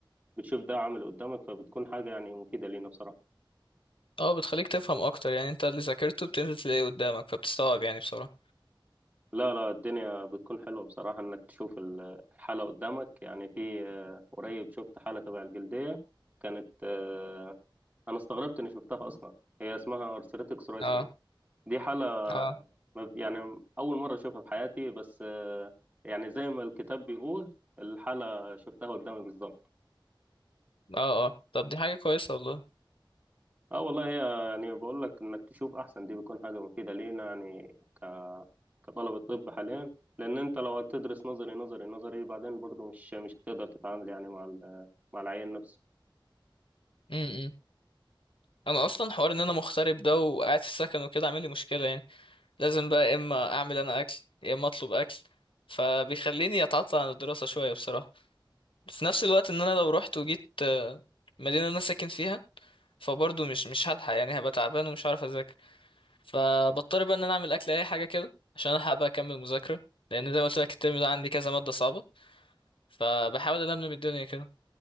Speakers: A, on the right (about 20°); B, on the left (about 80°).
A: بتشوف ده عامل قدامك فبتكون حاجة يعني مفيدة لينا بصراحة
B: اه بتخليك تفهم اكتر يعني انت اللي ذاكرته بتنزل تلاقيه قدامك فبتستوعب يعني بسرعة
A: لا لا الدنيا بتكون حلوة بصراحة إنك تشوف ال- الحالة قدامك يعني في آه، قريب شفت حالة تبع الجلدية كانت آه، أنا استغربت إني شفتها أصلا هي اسمها أرثريتك سورايسيس
B: اه
A: دي حالة
B: اه
A: ما- يعني أول مرة أشوفها في حياتي بس آه، يعني زي ما الكتاب بيقول الحالة شفتها قدامي بالظبط
B: اه اه طب دي حاجة كويسة والله
A: اه والله هي يعني بقول لك انك تشوف احسن دي بيكون حاجة مفيدة لينا يعني كطلبة طب حاليا لأن أنت لو هتدرس نظري نظري نظري بعدين برضه مش مش هتقدر تتعامل يعني مع ال- مع العيان نفسه
B: امم انا اصلا حوار ان انا مغترب ده وقاعد في السكن وكده عامل لي مشكلة يعني لازم بقى يا اما اعمل انا اكل يا اما اطلب اكل فبيخليني اتعطل عن الدراسة شوية بصراحة في نفس الوقت ان انا لو رحت وجيت آه، مدينة انا ساكن فيها فبرضه مش مش هلحق يعني هبقى تعبان ومش هعرف اذاكر فبضطر بقى ان انا اعمل اكل اي حاجة كده عشان الحق بقى اكمل مذاكرة لان زي ما قلت لك الترم ده عندي كذا مادة صعبة فبحاول ألملم الدنيا كده